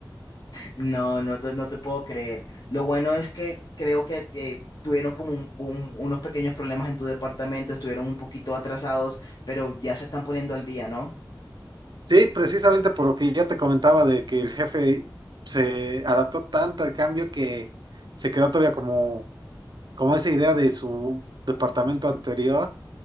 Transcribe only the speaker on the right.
Sí, precisamente por lo que ya te comentaba de que el jefe se adaptó tanto al cambio que se quedó todavía como, como esa idea de su departamento anterior